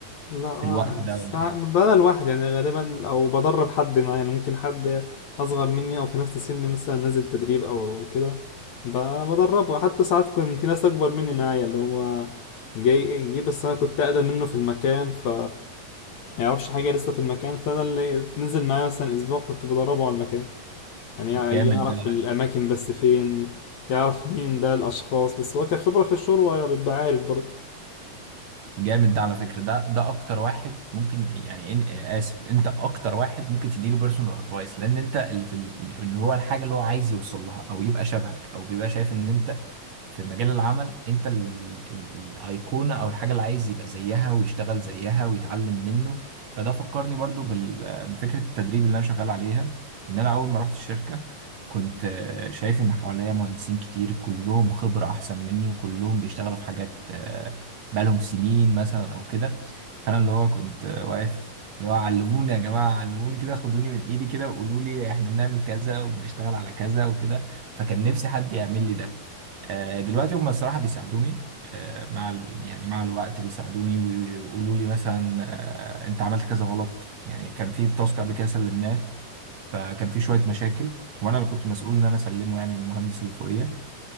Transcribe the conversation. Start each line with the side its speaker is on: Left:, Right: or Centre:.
Left: لا آه،
Right: في الوقت
Left: بس
Right: ده ولا ايه؟
Left: بدل واحد يعني غالبا او بدرب حد معايا يعني ممكن حد اصغر مني او في نفس سني مثلا نازل تدريب او كده ب- بدربه حتى ساعات كان في ناس اكبر مني معايا اللي هو جاي جه بس انا كنت اقدم منه في المكان ف ما يعرفش حاجه لسه في المكان فانا اللي نزل معايا مثلا اسبوع كنت بدربه على المكان يعني يع-
Right: جامد
Left: يعرف
Right: ده.
Left: الاماكن بس فين يعرف مين ده الاشخاص بس هو كخبره في الشغل هو بيبقى عارف برضه
Right: جامد ده على فكرة ده ده اكتر واحد ممكن يعني إن... اسف انت اكتر واحد ممكن تديله بيرسونال ادفايس لان انت اللي في ال... اللي هو الحاجة اللي هو عايز يوصل لها او يبقى شبهك او بيبقى شايف ان انت في مجال العمل انت ال... ال... الايقونة او الحاجة اللي عايز يبقى زيها ويشتغل زيها ويتعلم منه فده فكرني برضو بال... بفكرة التدريب اللي انا شغال عليها ان انا اول ما رحت الشركة كنت آه، شايف ان حواليا مهندسين كتير كلهم خبرة احسن مني وكلهم بيشتغلوا في حاجات بقالهم سنين مثلا او كده فانا اللي هو كنت واقف اللي هو علموني يا جماعه علموني كده خدوني من ايدي كده وقولوا لي احنا بنعمل كذا وبنشتغل على كذا وكده فكان نفسي حد يعمل لي ده آه، دلوقتي هم الصراحه بيساعدوني آه، مع ال... يعني مع الوقت بيساعدوني ويقولوا لي مثلا آه، انت عملت كذا غلط يعني كان في تاسك قبل كده سلمناه فكان في شويه مشاكل وانا اللي كنت مسؤول ان انا اسلمه يعني للمهندس اللي فوقيا